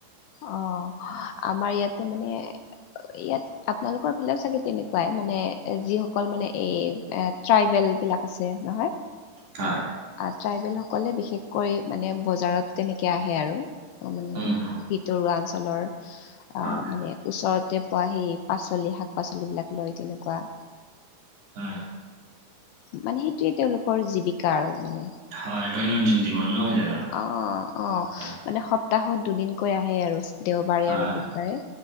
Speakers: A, on the left; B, on the right.
A: অ' আমাৰ ইয়াতে মানে ইয়াত আপনালোকৰ ফালেও চাগে তেনেকুৱাই মানে যিসকল মানে এই এ ট্ৰাইবেল বিলাক আছে নহয়
B: হয়
A: আ ট্ৰাইবেলসকলে বিশেষকৈ মানে বজাৰত তেনেকে আহে আৰু মানে
B: উম হম
A: ভিত তৰুৱা অঞ্চলৰ
B: হয়।
A: অ' মানে ওচৰতে পোৱা সেই পাচলি শাক পাচলিবিলাক লৈ তেনেকুৱা
B: হয়
A: মানে সেইটোৱে তেওঁলোকৰ জীৱিকা আৰু মানে
B: হয় দৈনন্দিন জীৱন নহয় জানো
A: অ অ অ'
B: হয়
A: মানে সপ্তাহত দুদিনকৈ আহে আৰু দেওবাৰে
B: হয়
A: আৰু
B: হয়,
A: বুধবাৰে